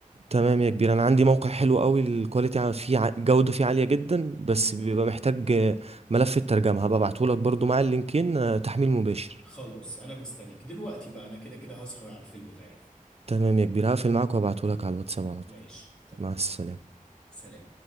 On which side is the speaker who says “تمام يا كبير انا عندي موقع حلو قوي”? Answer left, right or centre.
Right